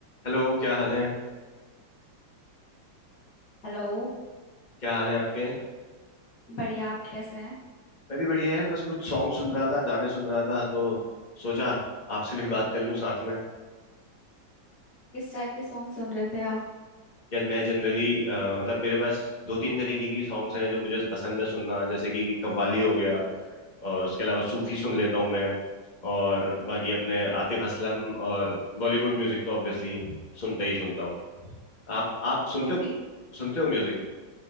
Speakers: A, on the left; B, on the left.
A: Hello क्या हाल है
B: Hello
A: क्या हाल है आपके
B: बढ़िया आप कैसे हैं
A: मैं भी बढ़िया यार बस कुछ सॉन्ग सुन रहा था गाने सुन रहा था तो सोचा आपसे भी बात कर लूं साथ में
B: किस टाइप के सॉन्ग सुन रहे थे आप
A: यार मैं जनरली मतलब मेरे पास दो तीन तरीके की सॉन्ग्स हैं जो मुझे पसंद है सुनना जैसे कि कव्वाली हो गया और उसके अलावा सूफी सुन लेता हूँ मैं और बाकी अपने आतिफ असलम और बॉलीवुड म्यूजिक तो ऑब्वियसली सुनते ही सुनता हूँ आप आप सुनते
B: सूफी
A: हो सुनते हो म्यूजिक